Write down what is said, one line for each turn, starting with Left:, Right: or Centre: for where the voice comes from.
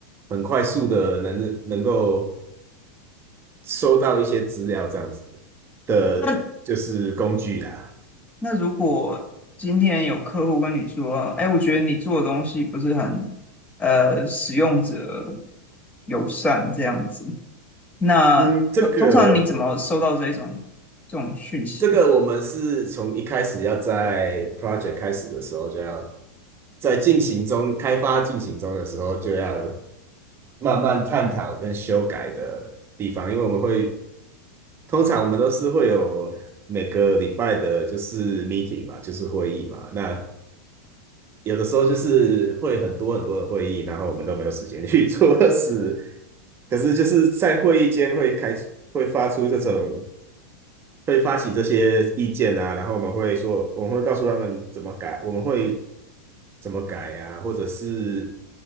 Right: 很快速的能能够收到一些资料这样子的，
Left: 那
Right: 就是工具啦。
Left: 那如果今天有客户跟你说，哎，我觉得你做的东西不是很呃使用者友善这样子，那通通常你怎么收到这一种这种讯息？
Right: 嗯，这个这个我们是从一开始要在 project 开始的时候就要在进行中开发进行中的时候就要慢慢探讨跟修改的地方，因为我们会。通常我们都是会有每个礼拜的，就是 meeting 嘛，就是会议嘛。那有的时候就是会很多很多的会议，然后我们都没有时间去 <laughs> 做事。可是就是在会议间会开出会发出这种，会发起这些意见啊，然后我们会说，我们会告诉他们怎么改，我们会怎么改啊，或者是